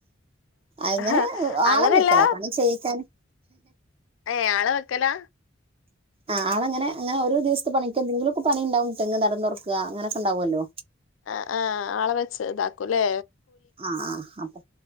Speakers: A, on the right; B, on the left.
A: അങ്ങനെ
B: ആഹ്
A: ആളെ
B: അങ്ങനെയല്ല
A: വിളിക്കല പണി ചെയ്യിക്കാന്
B: ഏ ആള വെക്കലാ
A: ആ ആള ഇങ്ങനെ ഇങ്ങനെ ഒരോ ദിവസ്ത്ത പണിക്കെന്തെങ്കിലൊക്ക പണി ഇണ്ടാവും തെങ്ങ് തടം തൊർക്ക അങ്ങനെക്കെണ്ടാവോല്ലോ
B: ആ ആ ആളെ വെച്ച് ഇതാക്കു ലെ
A: ആ ആ അപ്പൊ